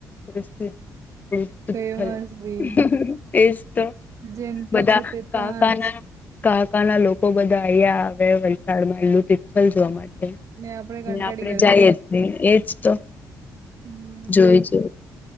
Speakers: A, on the left; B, on the right.
A: <unintelligible>
B: ફેમસ બી
A: <unintelligible> એજ, તો
B: જેને પૂછે
A: બધા
B: તે
A: કાકાના,
B: ત્યાં જ
A: કાકાના લોકો બધા અહીંયા આવે, વલસાડમાં એલું તિથલ જોવા માટે.
B: ને આપડે કંટાળી
A: ને, આપડે
B: ગયેલા
A: જઈએ જાહી એજ તો. -
B: હું.
A: જોઈ છે,